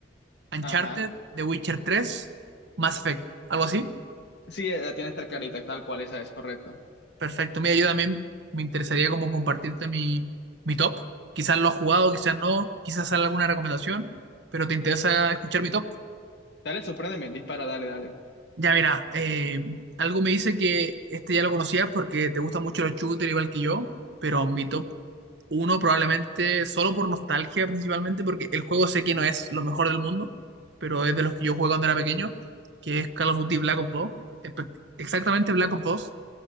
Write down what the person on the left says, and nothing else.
Ajá.
Sí, eh, tienes tres clarita tal cual, esa es correcto.
Dale, sorpréndeme, dispara, dale, dale.